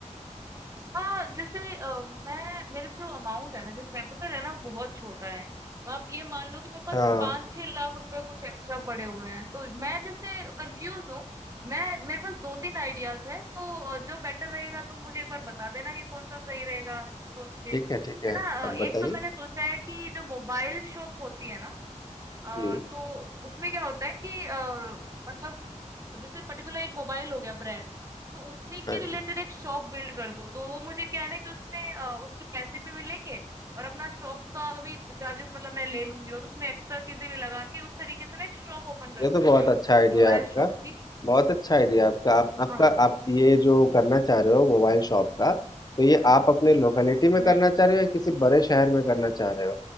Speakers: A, on the right (about 25°); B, on the left (about 30°).
A: हाँ जैसे अ, मैं मेरे जो अमाउंट है ना जो कैपिटल है ना वो बहुत छोटा है आप ये मान लो कि मेरे पास
B: हाँ
A: पाँच छह लाख रुपए कुछ एक्स्ट्रा पड़े हुए हैं तो मैं जैसे कंफ्यूज हूँ मैं मेरे पास दो तीन आइडियाज हैं तो अ, जो बेटर रहेगा तुम मुझे एक बार बता देना कि कौन सा सही रहेगा सोच के
B: ठीक
A: जैसे
B: है ठीक है
A: ना
B: अब
A: अ, एक
B: बताइए
A: तो मैंने सोचा है कि जो मोबाइल शॉप होती है ना अ,
B: जी
A: तो उसमें क्या होता है कि अ, मतलब जैसे पर्टिकुलर एक मोबाइल हो गया ब्रांड तो उसी के
B: अरे
A: रिलेटेड एक शॉप बिल्ड कर दो तो वो मुझे क्या है ना कि उसमें अ, उसके पैसे भी मिलेंगे और अपना शॉप का भी चार्जेस मतलब मैं ले लूंगी और उसमें एक्स्ट्रा चीजें भी लगा के उस तरीके से मैं एक शॉप ओपन कर
B: ये
A: सकती
B: तो बहुत
A: हूँ
B: अच्छा आइडिया
A: मोबाइल
B: है आपका
A: शॉप ठीक
B: बहुत अच्छा आइडिया आपका आप आपका
A: है? हाँ
B: आप ये जो करना चाह रहे हो मोबाइल शॉप का तो ये आप अपने लोकेलिटी में
A: उस
B: करना चाह रहे हो या किसी बड़े शहर में करना चाह रहे हो